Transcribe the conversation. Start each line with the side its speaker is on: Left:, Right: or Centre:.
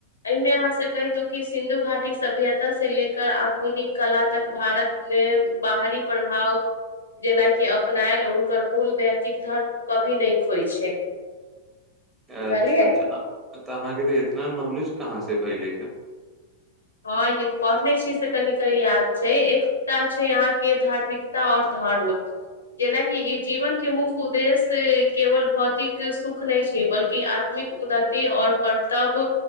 Left: एहिमे अहाँ से कहि दू कि सिन्धु घाटी सभ्यता से लेक आधुनिक कला तक भारत नै बाहरी प्रभाव जेनाकि अपनायल हुनकर मूल नैतिक धर्म कभी नहि खोइ छै
Right: अच्छा
Left: बुझलियै
Right: अच्छा तऽ अहाँके इतना नॉलेज कहाँ से भ‌इले
Left: हँ ई पढ़ने छियै से कनि क याद छै एक ता छै अहाँके धार्मिकता आओर धर्म जेनाकि ई जीवन के मुख्य उद्देश्य केवल भौतिक सुख नहि छै बल्कि आधु उन्नति आऔर कर्तव्य